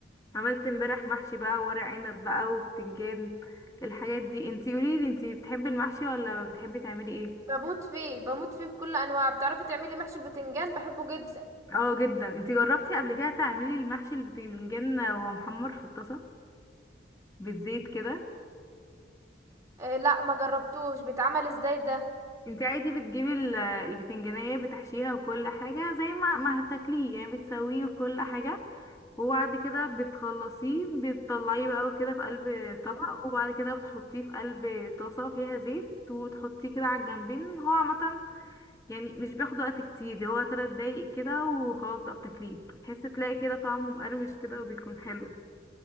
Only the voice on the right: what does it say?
بموت فيه بموت فيه بكل انواع بتعرفي تعملي محشي البتنجان بحبه جدا
إيه لا ما جربتوش بيتعمل ازاي ده